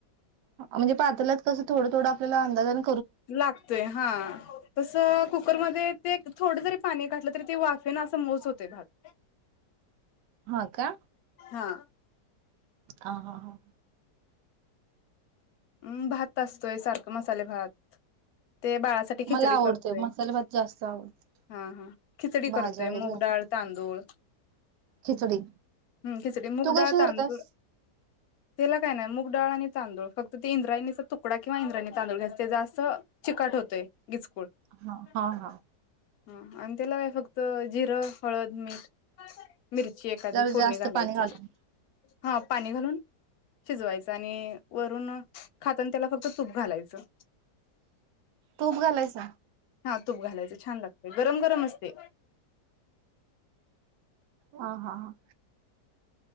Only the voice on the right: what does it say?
अ म्हणजे पातेल्यात कस थोडं थोडं आपल्याला अंदाजान
हा -का?
हा हा हा
मला आवडतोय
मसाले भात जास्त आवडतो
भाज्या वगैरे
घालून.
खिचडी
तू कशी
करतेस?
हा हा हा.
जरा
जास्त
पाणी घालून
तूप घालायच?
ह हा हा.